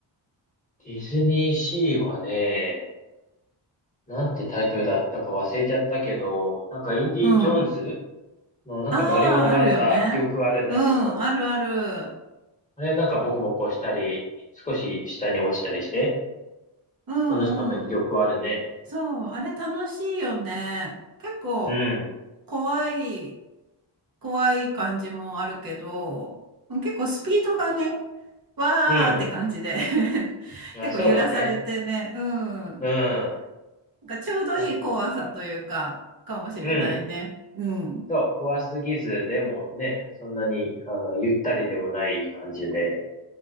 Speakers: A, on the left; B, on the right.
A: ディズニーシーはね、なんてタイトルだったか忘れちゃったけど、なんかインディ・
B: うん。
A: ジョーンズのなんか乗り物があった記憶はあるんだけど、
B: ああ、あるよね。うん、あるある。
A: あれなんかボコボコしたり、少し下に落ちたりして、
B: うんうん。
A: 楽しかった記憶はあるね。
B: そう、あれ楽しいよね。結構、
A: うん。
B: 怖い、怖い感じもあるけど、結構スピードがね、わーって感じで
A: うん。
B: <laughs>
A: まあ、
B: 結構揺らされてね、
A: そうだね。
B: うん。
A: うん。
B: なんかちょうどいい怖さというか、
A: 確かに。
B: かもしれないね。
A: うん。
B: うん。
A: そう、怖すぎず、でもね、そんなに、あの、ゆったりでもない感じで、